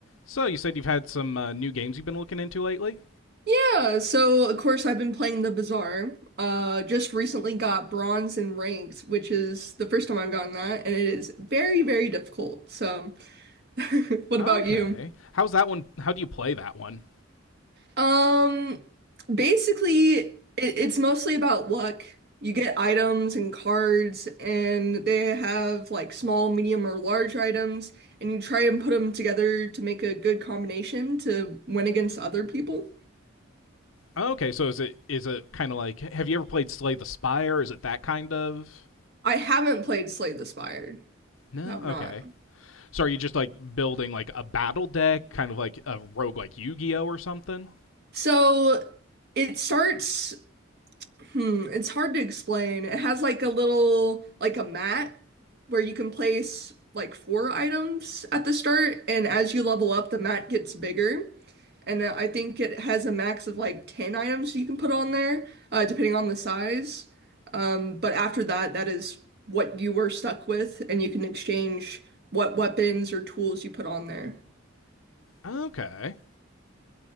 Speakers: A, on the left; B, on the right.
A: So you said you've had some uh, new games you've been looking into lately.
B: Yeah, so of course I've been playing the Bazaar. Uh, just recently got bronze in ranked, which is the first time I've gotten that, and it is very, very difficult. So, <laughs> what
A: Okay,
B: about you?
A: how's that one? How do you play that one?
B: Um, basically, it, it's mostly about luck. You get items and cards, and they have like small, medium, or large items, and you try and put them together to make a good combination to win against other people.
A: Okay, so is it is it kind of like have you ever played Slay the Spire? Is it that kind of?
B: I haven't played Slay the Spire.
A: No.
B: Have
A: Okay.
B: not.
A: So are you just like building like a battle deck, kind of like a rogue like Yu-Gi-Oh or something?
B: So it starts, hmm, it's hard to explain. It has like a little, like a mat where you can place like four items at the start, and as you level up, the mat gets bigger. And uh, I think it has a max of like 10 items you can put on there, uh, depending on the size. Um, but after that, that is what you were stuck with, and you can exchange what weapons or tools you put on there.
A: Okay.